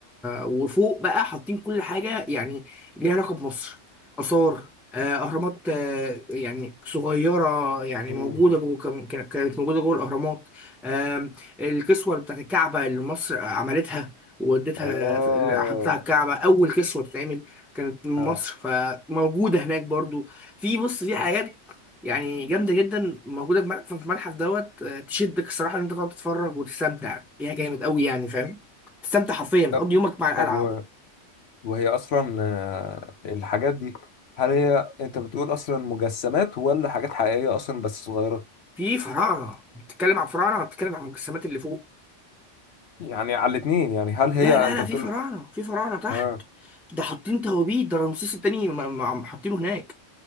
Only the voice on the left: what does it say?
امم
اه
آه.
طب
طب و وهي اصلا آه، الحاجات دي هل هي انت بتقول اصلا مجسمات ولا حاجات حقيقية اصلا بس صغيرة
يعني على الاتنين يعني هل هي
انت
بتقول
اه